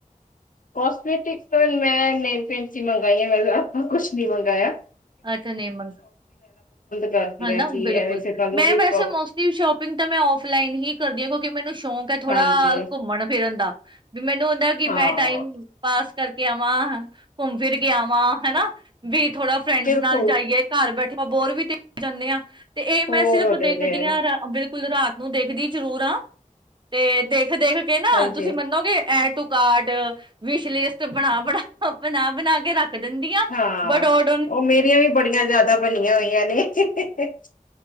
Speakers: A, on the left; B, on the right.
A: ਕੋਸਮੈਟਿਕਸ ਮੈਂ ਨਹੀਂ ਭੈਣਜੀ ਮੰਗਾਈਆਂ ਮੈਂ ਆਪਾਂ ਕੁਛ ਨੀ ਮੰਗਵਾਆ
B: ਅੱਛਾ ਨਮਗ
A: ਕਰਦੀ
B: ਹਨ
A: ਹਾਂ
B: ਨਾ
A: ਕਿ
B: ਬਿਲਕੁਲ
A: ਐਵੇਂ ਫਿਰ ਕੱਲ ਨੂੰ
B: ਮੈਂ
A: ਕੋਈ
B: ਵੈਸੇ
A: ਪ੍ਰੋ
B: ਮੋਸਟਲੀ ਸ਼ੋਪਿੰਗ ਤਾਂ ਮੈਂ ਫਲਾਈਨ ਹੀ ਕਰਦੀ ਹਾਂ ਕਿਉਂਕਿ ਮੈਨੂੰ ਸ਼ੌਂਕ ਹੈ ਥੋੜਾ
A: ਹਾਂਜੀ
B: ਘੁੰਮਣ ਫਿਰਨ ਦਾ ਵੀ ਮੈਨੂੰ ਹੁੰਦਾ ਕਿ
A: ਹਾਂ
B: ਮੈਂ ਟਾਈ ਪਾਸ ਕਰਕੇ ਆਵਾਂ ਘੁੰਮ ਫਿਰ ਕੇ ਆਵਾਂ ਹਨਾ ਵੀ ਥੋੜਾ ਫਰੈਂਡਸ
A: ਬਿਲਕੁਲ
B: ਨਾਲ ਜਾਈਏ ਘਰ ਬੈਠੇ ਆਪਾਂ ਬੋਰ ਵੀ ਤੇ ਹੋ ਜਾਂਦੇ ਹਾਂ। ਤੇ ਇਹ ਮੈਂ
A: ਹੋਰ
B: ਸਿਰਫ਼
A: ਹੋ
B: ਦੇਖਦੀ
A: ਜਾਂਦੇ ਆ
B: ਹਾਂ ਰ ਬਿਲਕੁਲ ਕੁੱਲ ਰਾਤ ਨੂੰ ਦੇਖਦੀ ਜ਼ਰੂਰ ਆ ਤੇ ਦੇਖ ਦੇਖ ਦੇਖ ਕੇ ਨਾ
A: ਹਾਂਜੀ
B: ਤੁਸੀਂ ਮੰਨੋਗੇ add to cart wish list ਬਣਾ ਬਣਾ ਬਣਾ ਬਣਾ ਕੇ ਰੱਖ ਰੱਖ ਦਿੰਦੀਆਂ
A: ਹਾਂ।
B: ਬਟ ਔੜ।
A: ਉਹ ਮੇਰੀਆਂ ਵੀ ਬੜੀਆਂ ਜ਼ਿਆਦਾ ਬਣੀਆਂ ਹੋਈਆਂ ਨੇ ਅਹ।